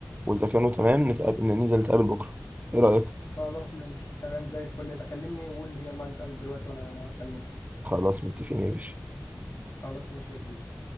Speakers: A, on the right (about 30°); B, on the left (about 65°).
A: وإذا كانوا تمام نتقابل ننزل نتقابل بكرة إيه رأيك؟
B: خلاص ماشي تمام زي الفل بكلمني وقول لي يلا نتقابل دلوقتي وانا اكلمك
A: خلاص متفقين يا باشا
B: خلاص ماشي يا كبير